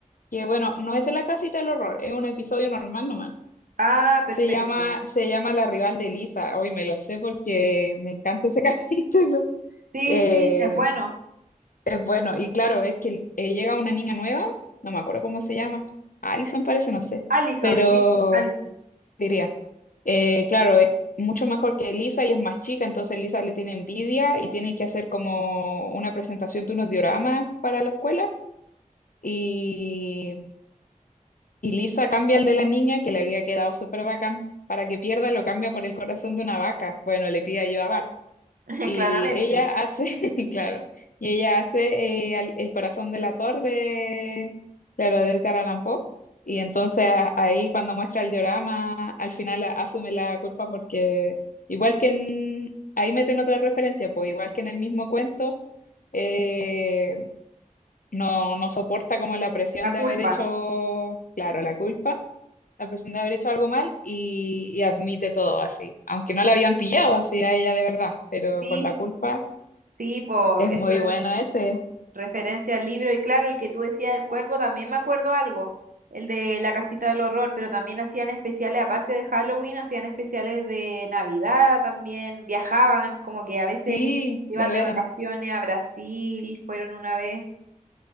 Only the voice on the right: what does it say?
Ah,
perfecto.
ya.
Sí,
sí, es bueno.
Allison,
sí, Allison.
<laughs>
Claramente.
La
culpa.
Sí,
sí, po,
eso.
Referencia al libro, y claro, el que tú decías del cuervo, también me acuerdo algo, el de la casita del horror, pero también hacían especiales, aparte de Halloween, hacían especiales de Navidad también, viajaban, como que a veces
iban
de vacaciones a Brasil, fueron una vez,